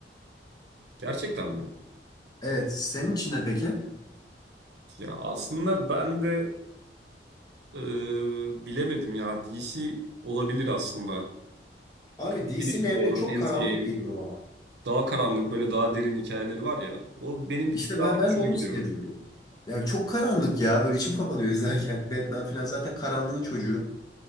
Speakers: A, on the right; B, on the left.
A: Gerçekten mi?
B: Evet, senin için ne peki?
A: Ya aslında ben de e, bilemedim ya. DC olabilir aslında.
B: Abi
A: Infinity
B: DC'nin evreni
A: War,
B: çok
A: Endgame,
B: karanlık geliyor bana.
A: daha karanlık böyle daha derin hikayeleri var ya. O benim bir
B: İşte
A: tık daha
B: ben ben
A: hoşuma
B: de onu
A: gidiyor.
B: sevmiyorum. Yani çok karanlık ya. Böyle içim kapanıyor izlerken. Batman falan zaten karanlığın çocuğu.